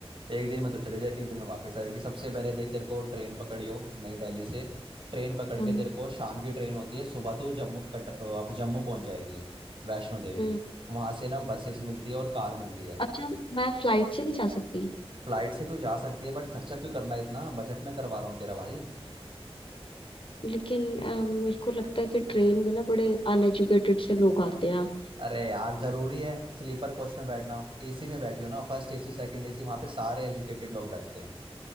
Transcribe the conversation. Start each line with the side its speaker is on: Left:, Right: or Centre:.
Right: एक दिन में तो चले जाएगी एक दिन में वापस आ जाएगी सबसे पहले देख तेरे को ट्रेन पकड़ी हो नई दिल्ली से ट्रेन पकड़
Left: हम्म
Right: के तेरे को शाम की ट्रेन होती है सुबह तो जम्मू कटर अ, आप जम्मू पहुंच जाएगी वैष्णो देवी
Left: हम्म।
Right: वहां से ना बसेस मिलती है और कार मिलती है
Left: अच्छा मैं फ्लाइट से नहीं जा सकती
Right: फ्लाइट से तो जा सकती है बट खर्चा क्यों करना है इतना बजट में करवा रहा हूँ तेरा भाई
Left: लेकिन अ, मेरे को लगता है कि ट्रेन में ना बड़े अनएजुकेटेड से लोग आते हैं
Right: अरे यार जरूरी है स्लीपर कोच में बैठना एसी में बैठी हो ना फर्स्ट एसी सेकंड एसी वहां पे सारे एजुकेटेड लोग बैठते हैं